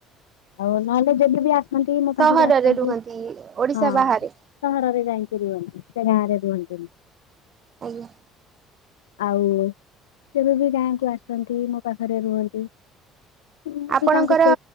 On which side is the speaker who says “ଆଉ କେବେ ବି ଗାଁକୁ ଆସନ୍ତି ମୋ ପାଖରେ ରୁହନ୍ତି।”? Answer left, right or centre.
Left